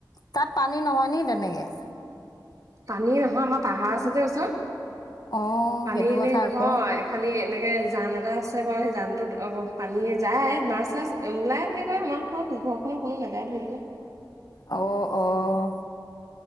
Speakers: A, on the left (about 55°); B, on the right (about 45°).
A: তাত পানী নহয় নি তেনেকে? এয়া
B: পানী নহয় আমাৰ পাহাৰ আছে যে ওচৰত।
A: অ
B: পানী
A: সেইটো
B: এনেই
A: কথা
B: নহয়
A: আকৌ
B: খালি এনেকে জান এটা আছে বাৰু সেই জানটোত অ' পানীয়ে যায়, মাছ চাছ ওলাই বুলি কয়। আমাৰ ঘৰত, ঘৰখনৰ কোনো নাযায় ধৰিবলে।
A: অহ অহ।